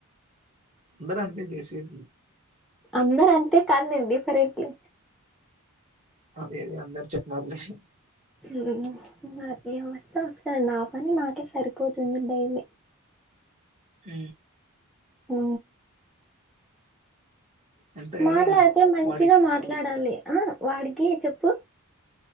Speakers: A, on the right (about 35°); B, in the centre.
A: అందరు అంతే చేసేది
B: అందరు అంతే కాదు నేను డిఫరెంట్ లే
A: అదే అందరు చెప్పమను విషయం
B: మ్మ్ నాకేం వచ్చో అంతే నా పని నాకే సరిపోతుంది డైలీ
A: ఊ
B: ఆ
A: అంటే
B: మాట్లాడితే మంచిగా
A: వాడికి
B: మాట్లాడాలి ఆ వాడికి చెప్పు